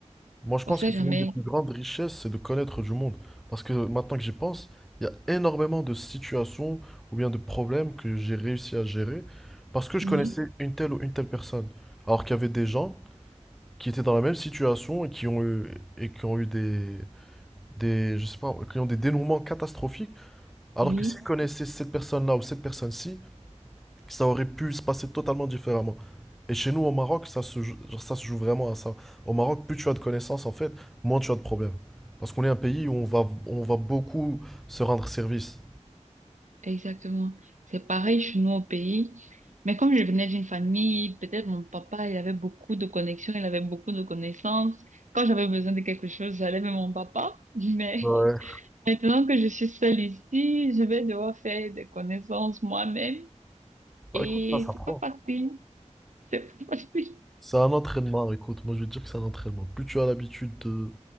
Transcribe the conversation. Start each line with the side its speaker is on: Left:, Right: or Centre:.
Centre: Moi, je pense
Right: On sait
Centre: que
Right: jamais.
Centre: c'est l'une des plus grandes richesses, c'est de connaître du monde. Parce que maintenant que j'y pense, il y a énormément de situations ou bien de problèmes que j'ai réussi à gérer parce que je
Right: Oui,
Centre: connaissais une telle ou une telle personne. Alors qu'il y avait des gens qui étaient dans la même situation et qui ont eu, et qui ont eu des, des, je sais pas, qui ont des dénouements catastrophiques. Alors
Right: oui,
Centre: que s'ils connaissaient cette personne-là ou cette personne-ci, ça aurait pu se passer totalement différemment. Et chez nous, au Maroc, ça se, joue- genre, ça se joue vraiment à ça. Au Maroc, plus tu as de connaissances, en fait, moins tu as de problèmes. Parce qu'on est un pays où on va, on va beaucoup se rendre service.
Right: exactement. C'est pareil chez nous au pays. Mais comme je venais d'une famille, peut-être mon papa, il avait beaucoup de connexions, il avait beaucoup de connaissances. Quand j'avais besoin de quelque chose, j'allais vers mon papa. Mais
Centre: Ouais.
Right: <laughs> maintenant que je suis seule ici, je vais devoir faire des connaissances moi-même.
Centre: Bah
Right: Et
Centre: écoute, ça, ça prend.
Right: c'est pas facile. C'est facile.
Centre: C'est un entraînement, écoute, moi je vais te dire que c'est un entraînement. Plus tu as l'habitude de,